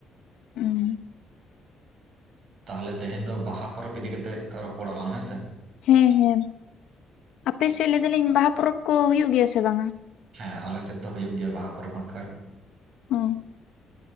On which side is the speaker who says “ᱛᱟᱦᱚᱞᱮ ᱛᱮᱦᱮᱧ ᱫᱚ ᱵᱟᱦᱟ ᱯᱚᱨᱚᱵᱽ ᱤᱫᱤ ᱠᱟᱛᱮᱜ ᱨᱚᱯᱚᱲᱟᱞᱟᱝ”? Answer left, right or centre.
Right